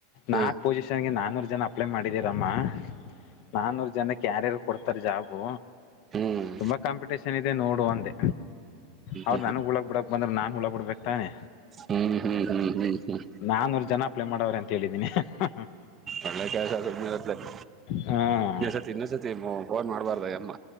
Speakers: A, on the right; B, on the left.
A: ಹ,
B: ನಾಕ್ ಪೊಸಿಷನ್ಗೆ ನಾನೂರ್ ಜನ ಅಪ್ಲೈ ಮಾಡಿದೀರಮ್ಮ ನಾನೂರು ಜನಕ್ಕ್ ಯಾರ್ಯಾರಿಗ್ ಕೊಡ್ತಾರೆ ಜಾಬು
A: ಹ್ಮ್
B: ತುಂಬಾ ಕಾಂಪಿಟೇಷನ್ ಇದೆ ನೋಡು ಅಂದೆ ಅವರು
A: ಹ್ಮ್
B: ನನಗ್ ಹುಳ ಬಿಡಕ್ ಬಂದ್ರೆ ನಾನ್ ಹುಳ ಬಿಡ್ಬೇಕ್ ತಾನೆ.
A: ಹ್ಮ್ ಹ್ಮ್ ಹ್ಮ್ ಹ್ಮ್ ಹ್ಮ್
B: ನಾನೂರ್ ಜನ ಅಪ್ಲೈ ಮಾಡವ್ರೆ ಅಂತ ಹೇಳಿದೀನಿ ಅಹ್ ಹ್ಮ್
A: ಒಳ್ಳೆ ಕೆಲ್ಸ ಸುಮ್ನಿರ್ ಅತ್ಲಗ್
B: ಹಾಂ
A: ಇನ್ನ ಸತಿ ಇನ್ನೊಸತಿ ಫೋನ್ ಮಾಡ್ಬಾರ್ದ್ ಆ ಯಮ್ಮ.